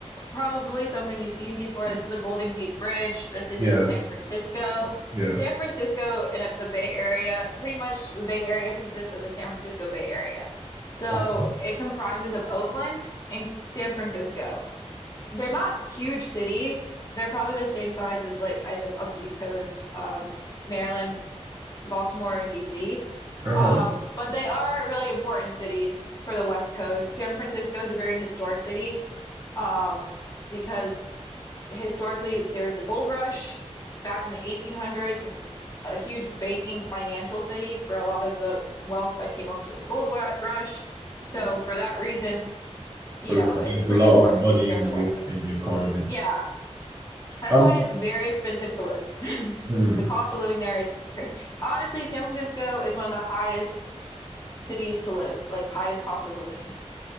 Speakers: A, on the left; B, on the right.
A: probably something you've seen before. This is the Golden Gate Bridge. This is
B: yes.
A: in San Francisco.
B: Yes.
A: San Francisco and uh, the Bay Area, pretty much the Bay Area consists of the San Francisco Bay Area. So
B: Okay.
A: it comprises of Oakland and San Francisco. They're not huge cities. They're probably the same size as, like I said, on the East Coast, um, Maryland, Baltimore, and DC.
B: Uh-huh.
A: Um, but they are really important cities for the West Coast. San Francisco is a very historic city um, because historically there was a gold rush back in the 1800s and a huge banking financial city for a lot of the wealth that came up to the gold rush. So for that reason, you
B: So
A: know, it's
B: There's
A: a pretty
B: a lot
A: important
B: of money
A: city here
B: in
A: on the West
B: the
A: Coast.
B: in the economy.
A: Yeah, that's
B: Um.
A: why it's very expensive to live. <laughs>
B: Hmm.
A: The cost of living there is incre- honestly, San Francisco is one of the highest cities to live, like highest cost of living.